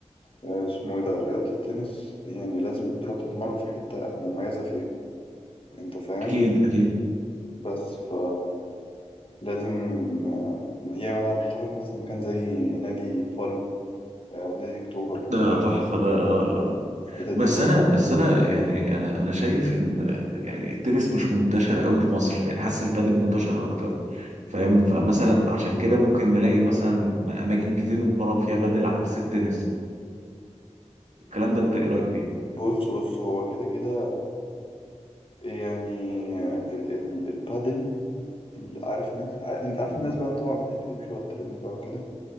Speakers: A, on the left; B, on the right.
A: آه، اسمه ايه ده رياضة التنس يعني لازم تروح تتمرن في حتة مميزة فيها انت فاهم
B: اكيد اكيد
A: بس ف لازم آه، يعني هرشح لك مثلا مكان زي نادي بالم آه، او نادي اكتوبر
B: ده
A: الحت-
B: تحفه ده آه،
A: الحتت
B: بس
A: دي كويس
B: انا بس انا يعني انا انا شايف ان يعني التنس مش منتشر قوي في مصر يعني حاسس البادل منتشر اكتر فاهم فمثلا عشان كده ممكن نلاقي مثلا اماكن كتير بنتمرن فيها بادل عكس التنس الكلام ده انت ايه رايك فيه؟
A: بص بص هو كده كده يعني آه، ال- ال- البادل ال- عارف الناس ع- انت عارف
B: مهم.
A: الناس بقى طبعا بتحب تمشي ورا الترند بقى وكده